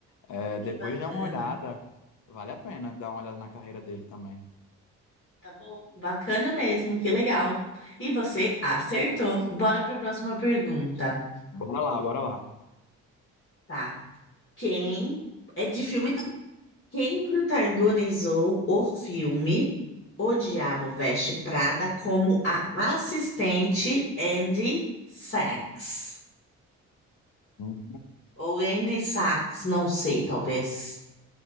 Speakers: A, on the left (about 75°); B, on the left (about 45°).
A: É,
B: Que
A: depois
B: bacana.
A: dá uma olhada. Vale a pena dar uma olhada na carreira dele também.
B: Tá bom, bacana mesmo, que legal. E você acertou. Bora para a próxima pergunta.
A: Bora lá, bora lá.
B: Tá. Quem é de filme também? Quem protagonizou o filme O Diabo Veste Prada como a assistente Andy Sachs?
A: Hum.
B: Ou Andy Sachs, não sei, talvez.